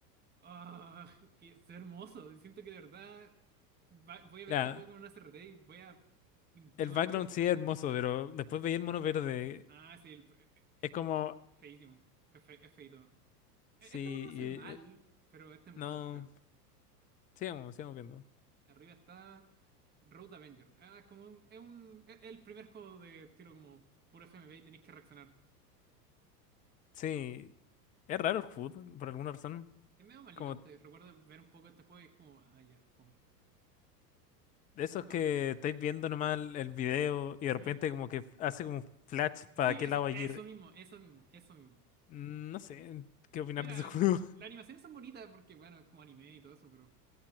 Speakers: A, on the right; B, on the left.
A: ah, que es hermoso. Siento que de verdad va- voy a ver
B: Mira,
A: este juego con una CRT y voy a.
B: el
A: No me
B: background
A: voy a.
B: sí es hermoso, pero después veía el mono verde.
A: Ah, sí, el, eh, eh,
B: Es como...
A: eh, feísimo. Es, fe- es feíto. E-
B: Sí,
A: Este mono no hace
B: y,
A: mal,
B: eh,
A: pero este mono
B: no.
A: es feo.
B: Sigamos, sigamos viendo.
A: Arriba está Road Avenger. Ah, es como un, es un, es el primer juego de tiro como puro FMV y tenéis que reaccionar.
B: Sí, es raro el HUD, por alguna razón.
A: Es medio malito
B: Como
A: este. Recuerdo ver un poco este juego y es como, ah, ya, fome.
B: de esos
A: ¿Vamos?
B: que estáis viendo nomás el, el video y de repente
A: Sí.
B: como que hace como un flash
A: Sí,
B: para qué
A: eso,
B: lado va a
A: eso
B: ir.
A: mismo, eso mismo, eso mismo.
B: "Mm, No sé qué opinar
A: Mira,
B: de ese juego.
A: lo- lo-
B: <laughs>
A: las animaciones son bonitas porque, bueno, es como anime y todo eso, pero...